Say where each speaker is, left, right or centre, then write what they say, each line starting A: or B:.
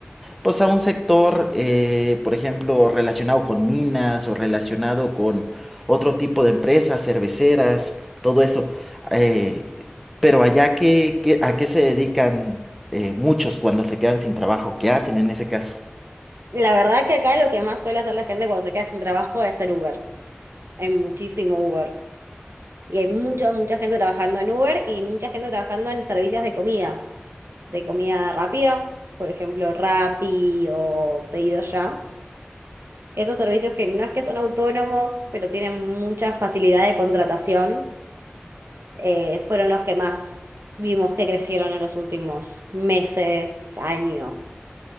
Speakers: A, in the centre; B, on the right (about 85°).
A: pues a un sector, eh, por ejemplo, relacionado con minas o relacionado con otro tipo de empresas, cerveceras, todo eso. Eh, pero allá, ¿qué, qué- a qué se dedican eh, muchos cuando se quedan sin trabajo? ¿Qué hacen en ese caso?
B: La verdad que acá lo que más suele hacer la gente cuando se queda sin trabajo es ser Uber. Hay muchísimo Uber. Y hay mucha, mucha gente trabajando en Uber y mucha gente trabajando en servicios de comida, de comida rápida, por ejemplo, Rappi o Pedido Ya. Esos servicios que no es que son autónomos, pero tienen mucha facilidad de contratación eh, fueron los que más vimos que crecieron en los últimos meses, año.